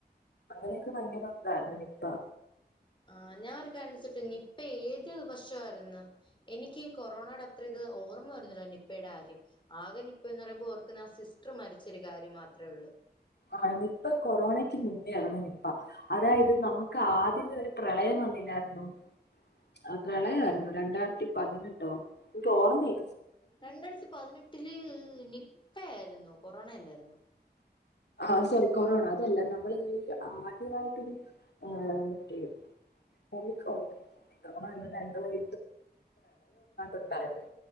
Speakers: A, on the left; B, on the left.
A: അങ്ങനെയൊക്കെ ഭയങ്കര ഇതായിരുന്നു നിപ്പ
B: ആ ഞാനൊരു കാര്യം നിപ്പ ഏത് വർഷമായിരുന്നു എനിക്ക് കൊറോണോയുടെ അത്ര ഇത് ഓർമ്മ വരുന്നില്ല നിപ്പയുടെ കാര്യം ആകെ നിപ്പന്ന് പറയുമ്പോ ഓർ സിസ്റ്റർ മരിച്ചൊരു കാര്യ മാത്രം മാത്ര ഒള്ളൂ
A: ആ നിപ്പ കൊറോണയ്ക്ക് മുന്നേ <unintelligible> അതായത് നമുക്ക് ആദ്യമെ ഒരു പ്രളയം വന്നില്ലായിരുന്നോ ആ പ്രളയമായിരുന്നു രണ്ടായിരത്തി പതിനെട്ടോ എനിക്ക് ഓർമ്മയി
B: രണ്ടായിരത്തി പതിനെട്ടില് നി പ്പ ആയിരുന്നു കൊറോണയല്ലായിരുന്നു.
A: ആ ശരി കൊറോണ അതല്ല നമ്മൾ ആദ്യായിട്ടൊരു ആഹ് മറ്റേ <unintelligible> പ്രളയെങ്ങാണ്ട് ഒണ്ടായിരുന്നു